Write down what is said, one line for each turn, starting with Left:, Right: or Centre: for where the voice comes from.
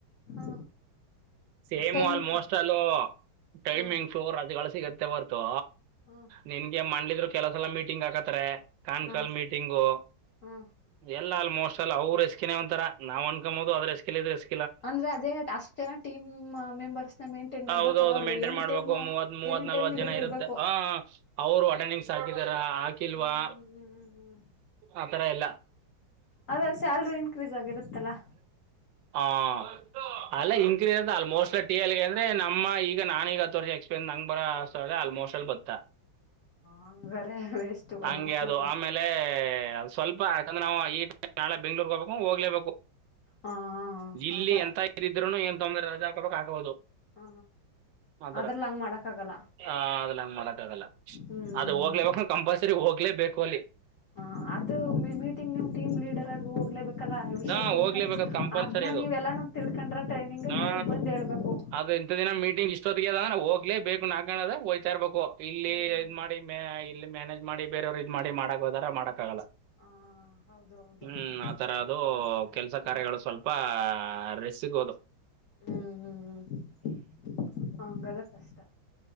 Left: ಹ
Right: ಸೇಮ್
Left: ಟೈಮಿಂಗ್ಸ್
Right: ಆಲ್ಮೋಸ್ಟ್ ಆಲ್ ಟೈಮಿಂಗ್
Left: ಹಾ
Right: ಫ್ಲೋರ್ ಅದೇ ಸಿಗಲ ಸಿಗುತ್ತೆ ಹೊರ್ತು
Left: ಹಾ
Right: ನಿನ್ಗೆ ಮಂಡಿ ಇದ್ರು ಕೆಲವ್ ಸಲಾ ಮೀಟಿಂಗ್ ಹಾಕತ್ತಾರೆ ಕಾನ್
Left: ಹಾ
Right: ಸಾಲ್ ಮೀಟಿಂಗು
Left: ಹಾ
Right: ಎಲ್ ಆಲ್ ಆಲ್ಮೋಸ್ಟ್ ಆಲ್ ಅವರು ರಿಸ್ಕಿನೆ ಒಂತರ ನಾವ್ ಅನ್ಕೊಬಹುದು ಆದ್ರೆ ಇಲ್ಲಿಯೀದೆ ಹಸ್
Left: ಅಂದ್ರೆ ಅದೆಯ ಅಷ್ಟ ಜನ ಟೀಮ್ ಮೆಂಬರ್ಸ್ ಮೆಂಟೇನ್ ಮಾಡಬೇಕಲ್ಲಾ
Right: ಹೌದೌದು
Left: ಅವರು
Right: ಮೇಂಟೈನ್
Left: ಎನಿ
Right: ಮಾಡ್ಬೇಕು
Left: ಟೈಮು
Right: ಮೂವತ್ ಮೂವತ್
Left: ಎನಿ
Right: ನಲ್ವತ್
Left: ಟೈಮು ಇದರಲ್
Right: ಜನ
Left: ಇರಬೇಕು
Right: ಇರುತ್ತೆ
Left: ಅ
Right: ಆ ಅವರು ಅಟೆಂಡೆನ್ಸ್ ಹಾಕಿದಾರ ಹಾಕಿಲ್ವಾ
Left: ಹ್ಮ್ ಹ್
Right: ಆತರ ಎಲ್ಲ
Left: ಅದೇ ಸ್ಯಾಲರಿ ಇಂಕ್ರೀಸ್ ಆಗಿರತ್ ಅಲಾ
Right: ಹಾಂ ಅಲ್ಲ ಇನ್ಕ್ರೀಸ್ ಅಂದಾ ಆಲ್ಮೋಸ್ಟ್ ಟಿ ಎಲ್ಗೆ ಅಂದ್ರೆ ನಮ್ಮ ಈಗ ನಾನೀಗ ಹತ್ತ ವರ್ಷಾ ಎಕ್ಸ್ಪೀರಿಯನ್ಸ್ ನಂಗ್ ಬರಾ ಆರ್ ಸಾವರಾ ಆಲ್ಮೋಸ್ಟ್ ಆಲ್ ಬತ್ತಾ
Left: ಹಂಗಾರೆ ವೇಸ್ಟು
Right: ಹಂಗೆ
Left: ಹೋಗೋದು
Right: ಅದು ಆಮೇಲೆ ಸ್ವಲ್ಪ ಯಾಕಂದ್ರ ಈಗಾ ನಾವು ಈ <unintelligible> ಬೆಂಗ್ಳೂರ್ಗೆ ಹೋಗಬೇಕು ಹ್ಮ್ ಹೋಗ್ಲೇಬೇಕು <unintelligible>
Left: ಹ
Right: ಇಲ್ಲಿ
Left: ಆತರ
Right: ಎಂತ ಇದರಿದ್ರೂನು ಎ ತುಂಬಿರಿ ರಜಾ ಹಾಕ್ಬೇಕು ಆಗ್ಬಹದು
Left: ಹ
Right: ಆತರ
Left: ಅದ್ರಲ್ಲಿ ಹಂಗ್ ಮಾಡಕ್ ಆಗಲ್ಲ
Right: ಹ ಅದಲ್ಲಂಗ ಮಾಡಕ ಆಗಲ್ಲ
Left: ಹ್ಮ್
Right: ಅದು ಹೋಗ್ಲೇಬೇಕು ಕಂಪಲ್ಸರಿ ಹೋಗ್ಲೇಬೇಕು ಕೊಲಿ
Left: ಹಾ ಅದು ಮೀ ಮೀಟಿಂಗ್ನು ಟೀಮ್ ಲೀಡರ್ ಆಗ್ ಹೋಗ್ಲೇಬೇಕಲ್ಲಾ ವಿಷಯ
Right: ಹಾ
Left: ತಿಳ್ಕ
Right: ಹೋಗ್ಲೇಬೇಕದು ಕಂಪಲ್ಸರಿ
Left: ಅದ್ನ
Right: ಅದು
Left: ನೀವೆಲ್ಲಾನು ತಿಳ್ಕೊಂಡ್ರ ಟ್ರೈನಿಂಗ್
Right: ಹಾ
Left: ಇವ್ರಗ್ ಬಂದ್ ಹೇಳ್ಬೇಕು
Right: ಅದು ಇಂಥ ದಿನ ಮೀಟಿಂಗ್ ಇಷ್ಟೊತ್ತಿಗೆ ಅದಾ ಹೋಗ್ಲೇ ಬೇಕು ನಾಕಣದ ಹೋಯ್ತಾ ಇರ್ಬೇಕು ಇಲ್ಲಿ
Left: ಹ್ಮ್ ಹ್ಮ್
Right: ಇದ್ ಮಾಡಿ ಮ್ಯ ಇಲ್ಲಿ ಮ್ಯಾನೇಜ್ ಮಾಡಿ ಬೇರೆಯವ್ರ ಮಾಡಿ ಮಾಡಕ್ ಹೋದಾರ ಮಾಡಕ್ಕಾಗಲ್ಲ
Left: ಹಾ ಹೌದು ಹೌದು
Right: ಹ್ಮ್ ಆತರ ಅದು
Left: ಕಷ್ಟ
Right: ಕೆಲ್ಸ
Left: ಹ್ಮ್
Right: ಕಾರ್ಯಗಳು ಆ ರೆಸ್ಟ್ ಸಿಗೋದು
Left: ಹ್ಮ್ ಹ್ಮ್ ಹ್ಮ್ ಹಂಗದ ಕಷ್ಟ